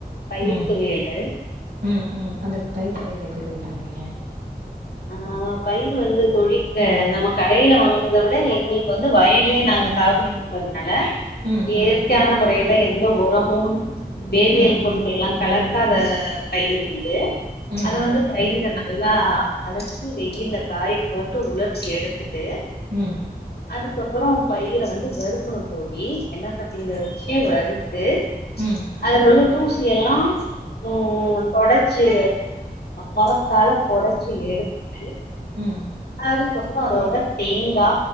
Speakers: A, on the left; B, on the right.
A: பயிர்
B: ம்
A: தொவையலு
B: ம் ம் அந்த பயிர் தொவையலு எப்டி தோழி பண்ணுவீங்க
A: ஆ பயிர் வந்து தோழி <inaudible> நம்ம கடைல வாங் அத விட எங்களுக்கு வந்து வாயிலயே நாங்க சாவுகுடி குடுக்றதுனால
B: ம்
A: இயற்கையான
B: ம்
A: மொறையில எந்த உரமும் வேதியியல்
B: ம்
A: பொருட்கள் எல்லா கல பக்காத பயிர் வந்து
B: ம்
A: அத வந்து பயிர நல்லா அழச் சி வெயில காய போட்டு உலர்த்தி எடுத்துட்டு
B: ம்
A: அதுக்கப்பறோ பயிர வந்து வறுக்கணும் தோழி எண்ண சட்டியில வச்சு வறுத்து
B: ம்
A: அதுல உள்ள தூசி எல்லா ம் தொடச்சு மரத் தால பொடச்சி எடுத்துட்டு
B: ம்
A: அதுக்கப்பறோ அதோட தேங்கா